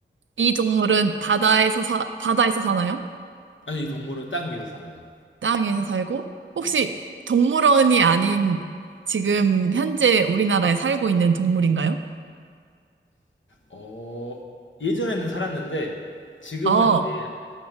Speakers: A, on the right; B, on the left.
A: 이 동물은 바다에서 사, 바다에서 사나요?
B: 아니 이 동물은 땅 위에서 살아요.
A: 땅 위에서 살고? 혹시
B: 네.
A: 동물원이 아닌 지금 현재 우리나라에 살고 있는 동물인가요?
B: 어 예전에는 살았는데 지금은
A: 어, 어,
B: 이제